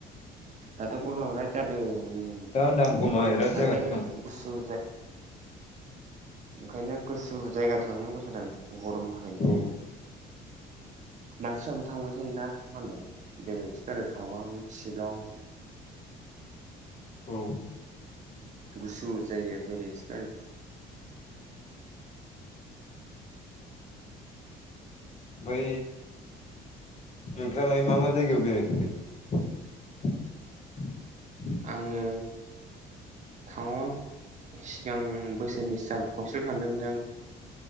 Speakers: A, on the right (about 45°); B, on the left (about 40°).
A: दाथ' गरमा बिराथ जादों उ
B: दा होनदां गरमा
A: गरमनि
B: बिराद
A: थाखायनो
B: जागासिनो दं
A: गुसु जाय ओंखायनो गोसु जायगा थांनो गोौस जादों गरमनि थाखायनो
B: औ
A: मानसिफ्रा थांबाय थायोना मालाय बेराय हैसो गारो तावांग शिलं
B: औ
A: गुसु जायगाया बेरायसोगारो
B: बै नोंथाङा मा मा जायगायाव बेराय हैफेरखो
A: आङो तावांग सिगां बोसोरनैसो जाबाय खनसेल' थांदों नोंथां